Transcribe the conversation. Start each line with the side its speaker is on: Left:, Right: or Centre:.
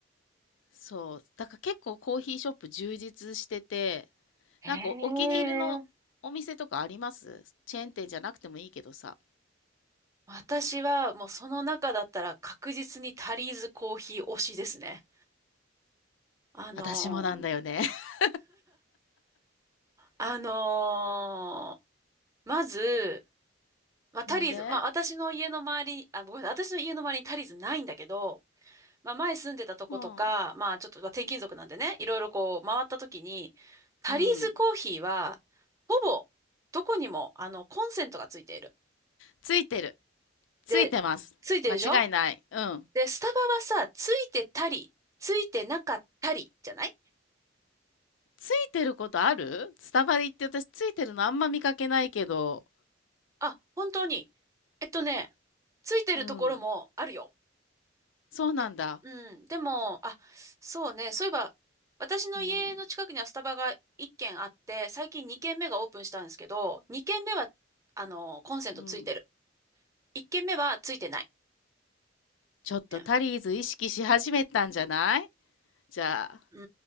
Left: そう、だから結構コーヒーショップ充実してて、
Right: へえ。
Left: なんかお気に入りのお店とかありますチェーン店じゃなくてもいいけどさ。
Right: 私はもうその中だったら確実にタリーズコーヒー推しですね。あの
Left: 私もなんだよね。<laughs>
Right: あのーまず、まあ、タリーズ、
Left: なんで
Right: まあ、私の家の周りに、あ、ごめんなさい、私の家の周りにタリーズないんだけど、まあ、前住んでたとことか、
Left: うん。
Right: まあ、ちょっと、まあ、転勤族なんでね、いろいろこう、回った時に、タリーズコーヒーは、
Left: うん。
Right: ほぼ、どこにも、あの、コンセントがついている。
Left: ついてる。ついてます。
Right: で、ついてるでしょ
Left: 間違いない。うん。
Right: で、スタバはさ、ついてたり、ついてなかったり、じゃない
Left: ついてることあるスタバで行って私ついてるのあんま見かけないけど。
Right: あ、本当に。えっとね、ついてるところもあるよ。
Left: うん。そうなんだ。
Right: あうん。でも、あ、そうね。そういえば、私の家の近くにはスタバが1軒あって、
Left: うん、
Right: 最近2軒目がオープンしたんですけど、2軒目は、あの、コンセントついてる。
Left: うん。
Right: 1軒目はついてない。
Left: ちょっとタリーズ意識し始めたんじゃない
Right: うん
Left: じゃあ、
Right: う